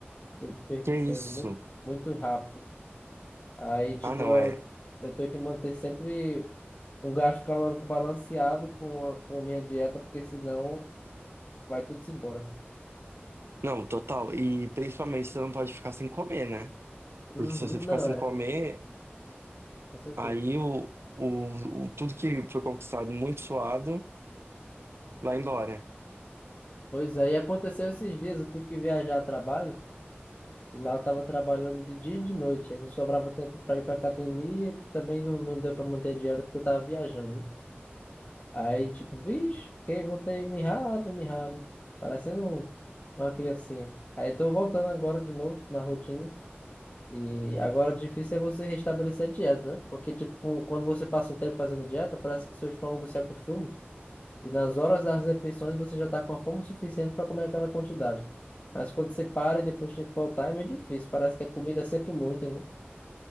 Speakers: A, on the left; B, on the right.
A: Eu perco
B: Que
A: um peso
B: isso?
A: muito, muito rápido. Aí, tipo,
B: Ah, não,
A: eu,
B: é.
A: eu tenho que manter sempre um gasto calórico balanceado com a, com a minha dieta, porque senão vai tudo se embora.
B: Não, total. E principalmente você não pode ficar sem comer, né?
A: Uhum,
B: Porque se você ficar
A: não
B: sem
A: é,
B: comer,
A: com certeza.
B: Aí o, o, o- tudo que foi conquistado muito suado lá em Glória.
A: Pois é, e aconteceu esses dias, eu tive que viajar a trabalho. E lá eu tava trabalhando de dia e de noite, aí não sobrava tempo para ir para academia e também não, não deu para manter a dieta porque eu tava viajando, né? Aí, tipo, vixe, fiquei, voltei mirrado, mirrado, parecendo um- uma criancinha. Aí tô voltando agora de novo na rotina e agora o difícil é você restabelecer a dieta, né? Porque, tipo, com- quando você passa um tempo fazendo dieta, parece que seu estômago se acostuma e nas horas das refeições você já está com a fome suficiente para comer aquela quantidade. Mas quando você para e depois tem que voltar, é meio difícil. Parece que a comida é sempre muita, né?